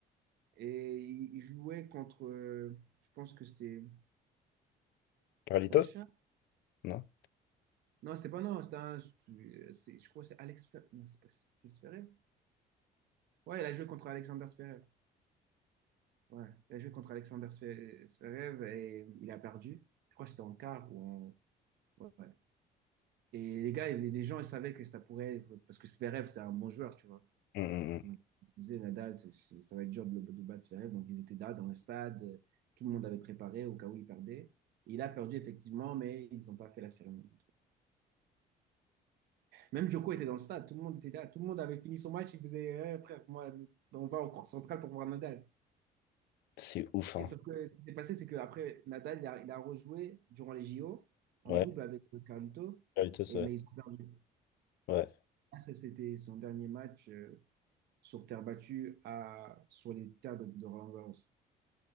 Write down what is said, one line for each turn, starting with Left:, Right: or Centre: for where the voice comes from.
Right: Et ils ils jouaient contre, euh, je pense que c'était
Left: Carlitos?
Right: Sacha.
Left: Non?
Right: Non, c'était pas non, c'était un, c'est- je crois que c'est Alex, Fe- non, c'est pas, c'était Zverev. Ouais, il a joué contre Alexander Zverev. Ouais, il a joué contre Alexander Zve- Zverev et il a perdu. Je crois que c'était en quart ou en, ouais. ouais. Et les gars, les les gens, ils savaient que ça pourrait être. Parce que Zverev, c'est un bon joueur, tu vois.
Left: Hum, hum, hum.
Right: Donc, ils disaient, Nadal, c'est- c'est- ça va être dur de, le- de battre Zverev. Donc, ils étaient là dans le stade. euh, Tout le monde avait préparé au cas où il perdait. Et il a perdu, effectivement, mais ils n'ont pas fait la cérémonie. Même Djoko était dans le stade. Tout le monde était là. Tout le monde avait fini son match. Il faisait, Eh, frère, moi, on va en cours centrale pour voir Nadal.
Left: C'est ouf hein.
Right: Et sauf que ce qui s'est passé, c'est qu'après, Nadal, il a, il a rejoué durant les JO en
Left: Ouais,
Right: double avec Carlito.
Left: Carlitos,
Right: Et,
Left: ouais.
Right: mais ils ont perdu.
Left: Ouais.
Right: Ah, ça, c'était son dernier match. euh, sur terre battue à, sur les terres de, de Roland-Garros.